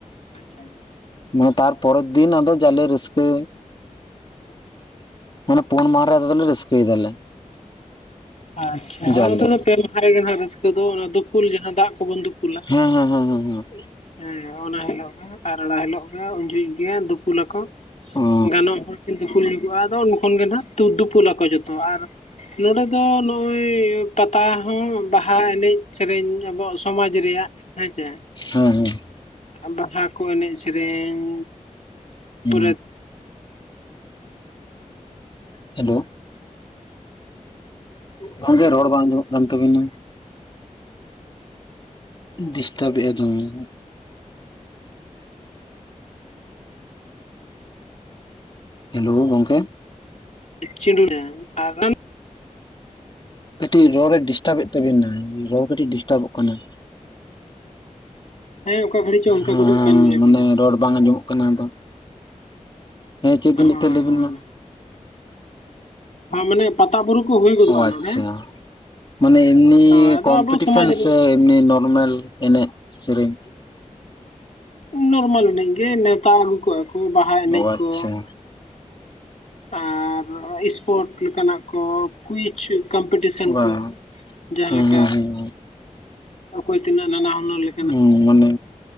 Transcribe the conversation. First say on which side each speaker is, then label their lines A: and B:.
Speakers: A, on the left; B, on the left.
A: ᱟᱪᱪᱷᱟ᱾
B: ᱢᱟᱱᱮ ᱛᱟᱨᱯᱚᱨᱮᱨ ᱫᱤᱱ ᱟᱫᱚ ᱡᱟᱞᱮ ᱨᱟᱹᱥᱠᱟᱹ ᱢᱟᱱᱮ ᱯᱳᱱ ᱢᱟᱦᱟ ᱨᱮ <inaudible> ᱨᱟᱹᱥᱠᱟᱹᱭ ᱮᱫᱟᱞᱮ
A: ᱟᱪᱪᱷᱟ
B: ᱡᱟᱞᱮ
A: ᱚᱱᱟ ᱫᱚ ᱯᱮ ᱢᱟᱦᱟ ᱨᱮᱜᱮ ᱱᱟᱜ ᱨᱟᱹᱥᱠᱟᱹ ᱫᱚ ᱚᱱᱟ ᱫᱩᱯᱩᱞ ᱡᱟᱦᱟᱸ ᱫᱟᱜ ᱠᱚᱵᱚᱱ ᱫᱩᱯᱩᱞᱟ
B: ᱦᱮᱸ ᱦᱮᱸ ᱦᱮᱸ ᱦᱮᱸ ᱦᱮᱸ
A: ᱦᱮᱸ ᱚᱱᱟ ᱦᱤᱞᱳᱜ ᱜᱮ ᱟᱨ ᱚᱱᱟ ᱦᱤᱞᱳᱜ ᱜᱮ ᱩᱱ ᱡᱚᱦᱚᱜ ᱜᱮ ᱫᱩᱯᱩᱞᱟᱠᱚ
B: ᱚ
A: ᱜᱟᱱᱚᱜ ᱦᱚᱲ ᱠᱤᱱ ᱫᱩᱯᱩᱞ ᱧᱚᱜᱟᱜᱼᱟ ᱟᱫᱚ ᱩᱱ ᱠᱷᱚᱱ ᱜᱮ ᱱᱟᱜ ᱫᱩᱯᱩᱞᱟᱠᱚ ᱡᱚᱛᱚ ᱟᱨ ᱱᱚᱸᱰᱮ ᱫᱚ ᱱᱚᱜᱼᱚᱭ ᱯᱟᱛᱟ ᱦᱚᱸ ᱵᱟᱦᱟ ᱮᱱᱮᱡ ᱥᱮᱨᱮᱧ ᱟᱵᱚᱣᱟᱜ ᱥᱚᱢᱟᱡ ᱨᱮᱭᱟᱜ ᱦᱮᱸ ᱪᱮ
B: ᱦᱮᱸ ᱦᱮᱸ
A: ᱵᱟᱦᱟ ᱠᱚ ᱮᱱᱮᱡ ᱥᱮᱨᱮᱧ
B: ᱦᱮᱸ᱾
A: ᱯᱚᱨᱮ
B: ᱦᱮᱞᱳ ᱜᱚᱝᱠᱮ ᱨᱚᱲ ᱵᱟᱝ ᱟᱸᱟᱧᱢᱚᱜ ᱠᱟᱱ ᱛᱟᱵᱤᱱᱟ ᱰᱤᱥᱴᱟᱵ ᱮᱫ ᱟᱭ ᱫᱚᱢᱮ ᱦᱮᱞᱳ ᱜᱚᱝᱠᱮ
A: <unintelligible>
B: ᱠᱟᱹᱴᱤᱡ ᱨᱚᱲ ᱨᱮ ᱰᱤᱥᱴᱟᱵᱮᱫ ᱛᱟᱵᱤᱱ ᱫᱚ ᱨᱚᱲ ᱠᱟᱹᱴᱤᱡ ᱰᱤᱥᱴᱟᱵᱚᱜ ᱠᱟᱱᱟ
A: ᱦᱮᱸ ᱚᱠᱟ ᱜᱷᱟᱹᱲᱤᱡ ᱪᱚ ᱚᱱᱠᱟ
B: ᱦᱮᱸ
A: ᱜᱚᱫᱚᱜ ᱠᱟᱱ ᱜᱮᱭᱟ
B: ᱢᱟᱱᱮ
A: ᱵᱚᱞᱮ
B: ᱨᱚᱲ ᱵᱟᱝ ᱟᱸᱡᱚᱢᱚᱜ ᱠᱟᱱᱟ ᱟᱫᱚ ᱦᱮᱸ ᱪᱮᱫ ᱵᱤᱱ ᱞᱟᱹᱭᱮᱫ
A: ᱦᱳᱭ
B: ᱛᱟᱦᱮᱸᱫ ᱞᱟᱹᱭᱵᱤᱱ
A: ᱦᱳᱭ
B: ᱢᱟ
A: ᱢᱟᱱᱮ ᱯᱟᱛᱟ ᱵᱩᱨᱩ ᱠᱚ ᱦᱩᱭ ᱜᱚᱫᱚᱜᱼᱟ
B: ᱚ
A: ᱱᱚᱰᱮ
B: ᱟᱪᱪᱷᱟ ᱢᱟᱱᱮ ᱮᱢᱱᱤ
A: ᱦᱳᱭ ᱟᱫᱚ
B: ᱠᱚᱢᱯᱤᱴᱤᱥᱚᱱ
A: ᱟᱵᱚ ᱥᱚᱢᱟᱡᱽ ᱨᱮ
B: ᱥᱮ ᱮᱢᱱᱤ ᱱᱚᱨᱢᱮᱞ ᱮᱱᱮᱡ ᱥᱮᱨᱮᱧ
A: ᱱᱚᱨᱢᱟᱞ ᱮᱱᱮᱡ ᱜᱮ ᱱᱮᱣᱛᱟ ᱟᱹᱜᱩ ᱠᱚᱜᱼᱟ ᱠᱚ ᱵᱟᱦᱟ ᱮᱱᱮᱡ
B: ᱚ ᱟᱪᱪᱷᱟ
A: ᱠᱚ ᱟᱨ ᱤᱥᱯᱳᱴ ᱞᱮᱠᱟᱱᱟᱜ ᱠᱚ ᱠᱩᱭᱤᱪ ᱠᱚᱢᱯᱤᱴᱤᱥᱚᱱ
B: ᱵᱟᱝ
A: ᱠᱚ ᱡᱟᱦᱟᱸ
B: ᱦᱩᱸ
A: ᱞᱮᱠᱟ
B: ᱦᱩᱸ ᱦᱩᱸ
A: ᱚᱠᱚᱭ ᱛᱤᱱᱟᱹᱜ ᱱᱟᱱᱟ ᱦᱩᱱᱟᱹᱨ ᱞᱮᱠᱟ
B: ᱦᱩᱸ ᱢᱟᱱᱮ